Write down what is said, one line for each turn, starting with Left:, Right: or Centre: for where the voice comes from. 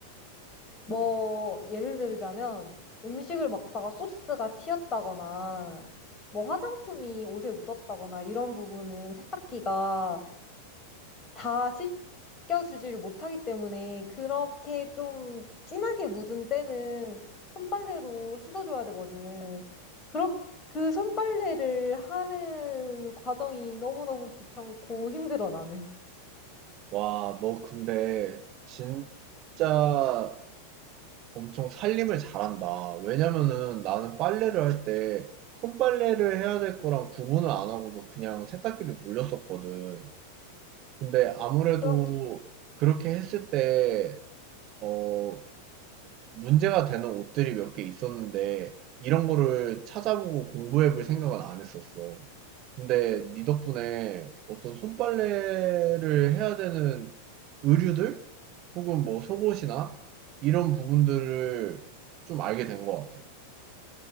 Left: 뭐, 예를 들자면, 음식을 먹다가 소스가 튀었다거나, 뭐, 화장품이 옷에 묻었다거나, 이런 부분은 세탁기가 다 씻겨주지를 못하기 때문에, 그렇게 좀 진하게 묻은 때는 손빨래로 씻어줘야 되거든. 그렇, 그 손빨래를 하는 과정이 너무너무 귀찮고 힘들어, 나는.
Right: 와, 너 근데 진짜 엄청 살림을 잘한다. 왜냐면은 나는 빨래를 할 때 손빨래를 해야 될 거랑 구분을 안 하고도 그냥 세탁기를 돌렸었거든. 근데 아무래도
Left: 그럼,
Right: 그렇게 했을 때, 어, 문제가 되는 옷들이 몇 개 있었는데 이런 거를 찾아보고 공부해 볼 생각은 안 했었어. 근데 네 덕분에 어떤 손빨래를 해야 되는 의류들? 혹은 뭐 속옷이나 이런 부분들을 좀 알게 된 것 같아.